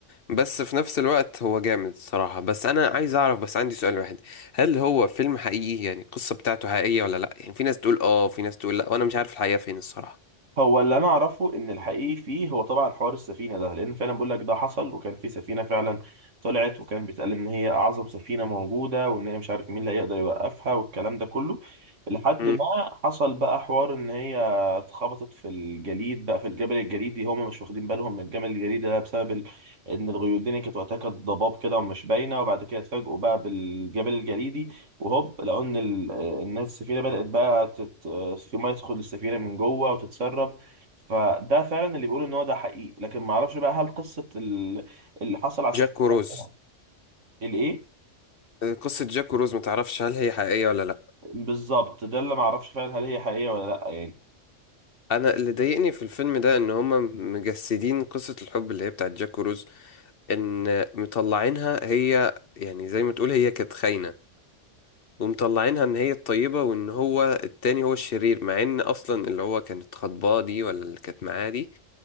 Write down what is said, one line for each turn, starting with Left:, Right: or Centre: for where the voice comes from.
Left: بس في نفس الوقت هو جامد صراحة بس انا عايز اعرف بس عندي سؤال واحد هل هو فيلم حقيقي يعني القصة بتاعته حقيقية ولا لا يعني في ناس تقول اه في ناس تقول لا وانا مش عارف الحقيقة فين الصراحة
Right: هو اللي انا اعرفه ان الحقيقي فيه هو طبعا حوار السفينة ده لان فعلا بقول لك ده حصل وكان في سفينة فعلا طلعت وكان بيتقال ان هي اعظم سفينة موجودة وان هي مش عارف مين اللي هيقدر يوقفها والكلام ده كله لحد
Left: مم.
Right: ما حصل بقى حوار ان هي اتخبطت في الجليد بقى في الجبل الجليدي هم مش واخدين بالهم من الجبل الجليدي ده بسبب ال... ان الغيوم الدنيا كانت وقتها كانت ضباب كده ومش باينة وبعد كده اتفاجئوا بقى بالجبل الجليدي وهوب لقوا ان ال- الناس السفينه بدات بقى تت... في ميه تدخل السفينه من جوه وتتسرب فده فعلا اللي بيقولوا ان هو ده حقيقي لكن ما اعرفش بقى هل قصه ال... اللي حصل على السفينه
Left: جاك وروز
Right: نفسها الايه
Left: آه، قصة جاك وروز متعرفش هل هي حقيقية ولا لا
Right: بالظبط ده اللي ما اعرفش فعلا هل هي حقيقيه ولا لا يعني
Left: انا اللي ضايقني في الفيلم ده ان هما مجسدين قصة الحب اللي هي بتاعت جاك وروز ان مطلعينها هي يعني زي ما تقول هي كانت خاينة ومطلعينها ان هي الطيبة وان هو التاني هو الشرير مع ان اصلا اللي هو كانت خطباه دي ولا اللي كانت معاه دي